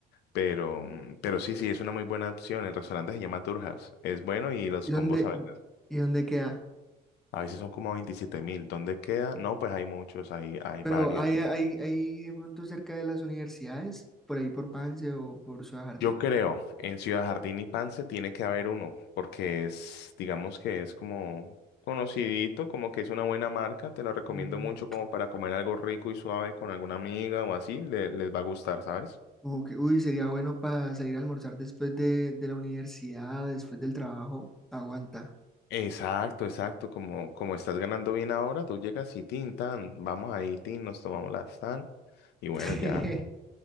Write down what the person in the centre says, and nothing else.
¿Y dónde,
y dónde queda?
Pero
hay, hay, hay de pronto cerca de las universidades, por ahí por Pance o por Ciudad Jardín.
Mm.
Ok, Uy, sería bueno para salir a almorzar después de, de la universidad, después del trabajo. Aguanta.
<laughs>